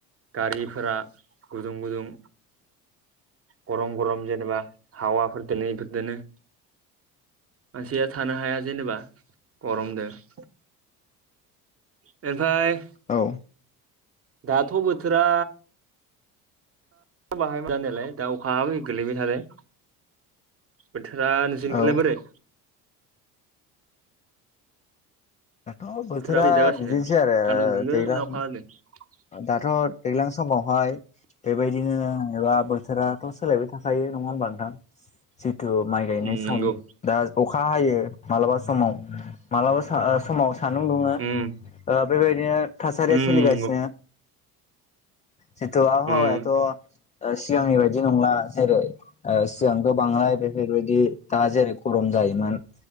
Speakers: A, on the right; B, on the left.
A: गारिफोरा गुदुं गुदुं गरम गरम जेनेबा हावाफोरदोंनो इफोरदोंनो मानसिया थानो हाया जेनेबा गरमजों बेनिफ्राय
B: औ
A: दाथ' बोथोरा बाहाय मोन नालाय दा अखायाबो गोलैबाय थादों बोथोरा नुजनिखलाय
B: औ
A: बोरै
B: औ बोथोरा
A: बोरै जागासिनो
B: बिदिनोसै आरो
A: सान्दुं दुंदों
B: दैलां
A: <unintelligible>
B: दाथ' दैेग्लां समावहाय बेबायदिनोबा बोथोराथ' सोलायबाय थाखायो नङा होमबा नोंथां? जितु माइ गायनाय
A: उम
B: सम
A: नंगौ
B: दा अखा हायो मालाबा समाव मालाबा समाव सान्दुं दुङो
A: उम
B: बेबायदिनो थासारिया
A: उम
B: सोलिगासिनो
A: नंगौ
B: जितु आबहावायाथ'
A: उम
B: सिगांनि बायदि नंला जेरै ओ सिगांथ' बांलाय बेफोरबायदि दा जेरै गरम जायोमोन।